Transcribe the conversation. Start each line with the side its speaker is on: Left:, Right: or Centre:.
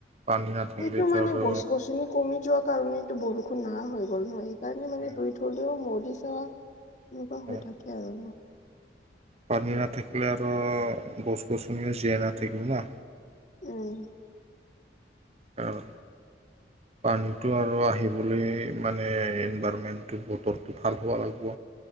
Right: পানী নাথাকিলেতো
Left: সেইটো মানে
Right: আৰু
Left: গছ-গছনি কমি যোৱা কাৰণতো বৰষুণ নাহা হৈ গ'ল নহয় সেইকাৰণে মানে
Right: উম,
Left: ৰুই থলেও মৰি যোৱা এনেকুৱা
Right: অ'
Left: হৈ থাকে আৰু ন।
Right: পানী নাথাকিলে আৰু গছ-গছনিয়ো জীয়াই নাথাকিব ন।
Left: উম!
Right: অহ! পানীটো আৰু আহিবলৈ মানে ইনভাৰমেণ্টটো বতৰটো ভাল হ'ব লাগিব।